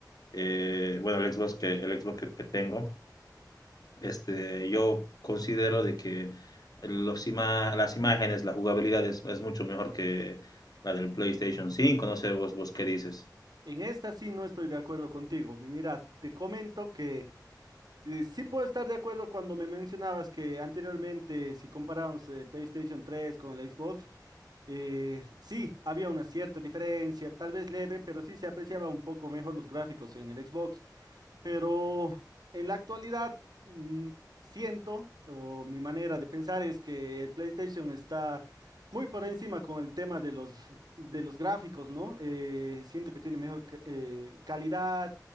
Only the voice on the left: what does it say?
Eh, bueno, el Xbox que, el Xbox que, que tengo, este, yo considero de que los ima- las imágenes, la jugabilidad es, es mucho mejor que la del PlayStation 5. No sé vos, vos qué dices.